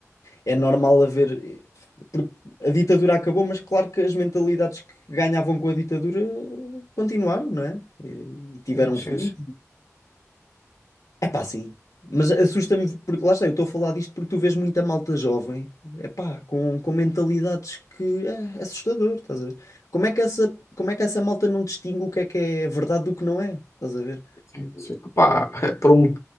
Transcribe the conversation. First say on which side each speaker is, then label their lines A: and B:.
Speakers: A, on the left; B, on the left.
A: é normal haver. Porque a ditadura acabou, mas claro que as mentalidades que ganhavam com a ditadura continuaram, não é? E, e tiveram
B: sim, sim,
A: fim É pá, sim. Mas assusta-me, porque lá está, eu estou a falar disto porque tu vês muita malta jovem, é pá, com, com mentalidades que é, é assustador, estás a ver? Como é que essa, como é que essa malta não distingue o que é que é verdade do que não é? Estás a ver?
B: sim, sim. sim. Pá, é por um-